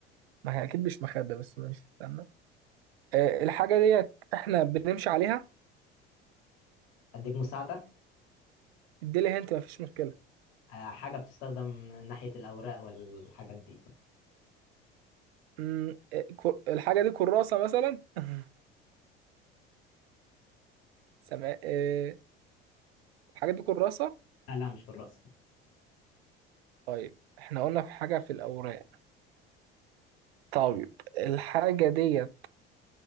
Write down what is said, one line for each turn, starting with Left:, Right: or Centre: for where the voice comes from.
Right: ما هي اكيد مش مخده بس ماشي استنى أه الحاجه ديت احنا بنمشي عليها
Left: أديك مساعدة
Right: اديلي هنت ما فيش مشكله
Left: آه حاجة بتستخدم ناحية الأوراق والحاجات دي
Right: مم، آه، كر- الحاجه دي كراسه مثلا <laughs> سماء أه الحاجه دي كراسه
Left: آه لا مش كراسة
Right: طيب احنا قلنا في حاجه في الاوراق طيب الحاجه ديت